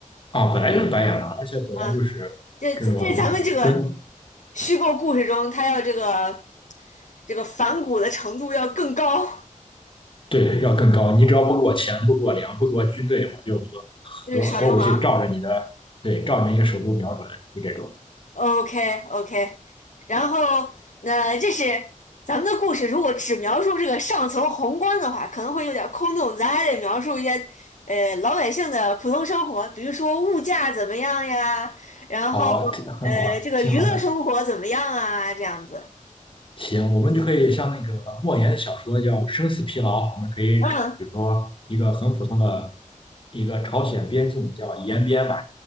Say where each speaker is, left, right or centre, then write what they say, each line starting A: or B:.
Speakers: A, on the left; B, on the left.
A: 啊，本来就是白眼狼，而且本来就是这种跟
B: 啊，这这在咱们这个虚构故事中，他要这个这个反骨的程度要更高，
A: 对要更高，你只要不给我钱，不给我粮，不给我军队，我就
B: 就是耍流氓。
A: 核核核武器照着你的对，照着你的首都瞄准，就这种。
B: OK OK，然后那这是咱们的故事，如果只描述这个上层宏观的话，可能会有点空洞，咱还得描述一些呃老百姓的普通生活，比如说物价怎么样呀，然后呃这个娱乐生活怎么样啊，
A: 好，挺很好，挺好的。
B: 这样子。
A: 行，我们就可以像那个莫言的小说叫《生死疲劳》，我们可以找，
B: 嗯，
A: 比如说一个很普通的一个朝鲜边境叫延边吧，